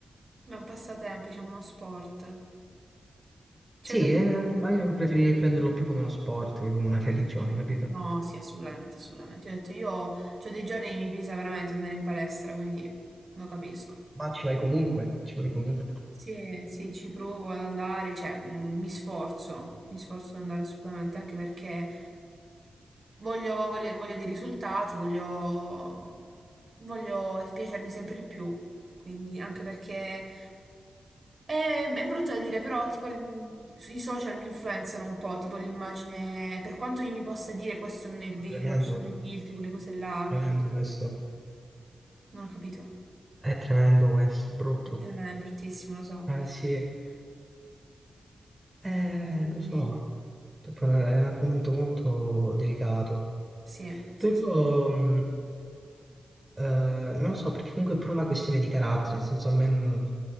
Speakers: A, on the right; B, on the right.
A: è un passatempo, diciamo uno sport. Cioè,
B: Sì,
A: que-
B: eh, ma io preferirei prenderlo più come uno sport che come una religione, capito?
A: No, sì, assolutamente, assolutamente. Ho detto, io c'ho dei giorni che mi pesa veramente andare in palestra, quindi lo capisco.
B: Ma ci vai comunque, ci vai comunque.
A: Sì, sì, ci provo ad andare, cioè, mm, mi sforzo, mi sforzo ad andare assolutamente, anche perché voglio, voglio, voglio dei risultati, voglio, voglio piacermi sempre di più. Quindi, anche perché... È, è brutto da dire, però tipo il- i social mi influenzano un po', tipo l'immagine, per quanto io mi possa dire questo non è vero,
B: Ma tremendo,
A: ci sono i filtri, quelle cose là,
B: tremendo questo.
A: non ho capito.
B: È tremendo questo, brutto.
A: È tremendo, è bruttissimo, lo so.
B: Eh sì, eh,
A: Quindi,
B: lo so, Tipo, è un è un argomento molto delicato.
A: sì, sì,
B: Però,
A: sì. Ha
B: mh, eh, non lo so, perché comunque è pure una questione di carattere, nel senso a me non,